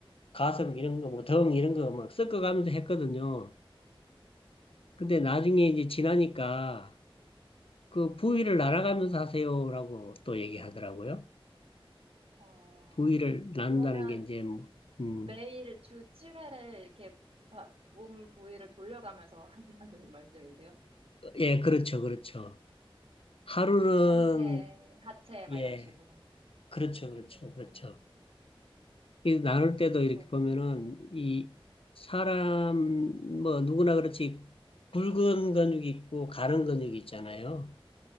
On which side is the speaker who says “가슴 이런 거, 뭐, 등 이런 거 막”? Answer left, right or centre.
Left